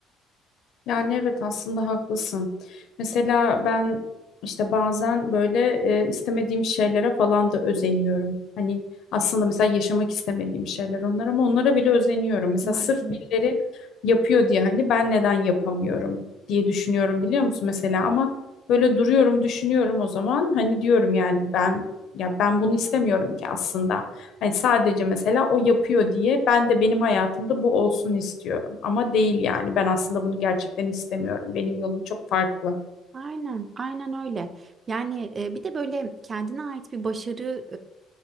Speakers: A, on the left; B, on the right.
A: Yani evet aslında haklısın. Mesela ben işte bazen böyle e, istemediğim şeylere falan da özeniyorum. Hani aslında mesela yaşamak istemediğim şeyler onlar ama onlara bile özeniyorum. Mesela
B: Aynen.
A: sırf birileri yapıyor diye hani ben neden yapamıyorum diye düşünüyorum biliyor musun mesela ama böyle duruyorum düşünüyorum o zaman hani diyorum yani ben ya ben bunu istemiyorum ki aslında. Hani sadece mesela o yapıyor diye ben de benim hayatımda bu olsun istiyorum. Ama değil yani ben aslında bunu gerçekten istemiyorum. Benim yolum çok farklı.
B: Aynen, aynen öyle. Yani e, bir de böyle kendine ait bir başarı